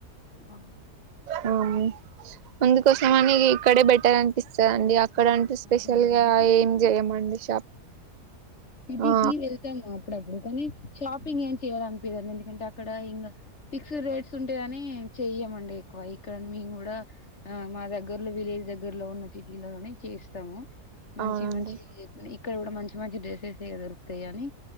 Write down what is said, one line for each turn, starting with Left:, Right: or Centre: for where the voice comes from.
Left: ఆ
Right: ఆ కానీ అందుకోసమని ఇక్కడే బెట్టర్ అనిపిస్తదండి. అక్కడంటే స్పెషల్
Left: అవునండి
Right: గా
Left: సిటీకి
Right: ఏం చేయమండి షాప్
Left: సిటికి
Right: ఆ
Left: వెళ్తాం ఆ అప్పుడప్పుడు కానీ షాపింగ్ ఏం చేయాలి అనిపియ్యదండి ఎందుకంటే అక్కడ ఇంగా ఫిక్స్డ్ రేట్స్ ఉంటాయని చెయ్యమండి ఎక్కువ ఇక్కడ మేము కూడా ఆ మా దగ్గర్లో వెహికిల్ దగ్గర్లో ఉన్న సిటీలోనే చేస్త తము మంచి
Right: అవునండి
Left: మంచివి చేస్తది. ఇక్కడ కూడా మంచి మంచి డ్రెస్సెసే దొరుకుతాయి అని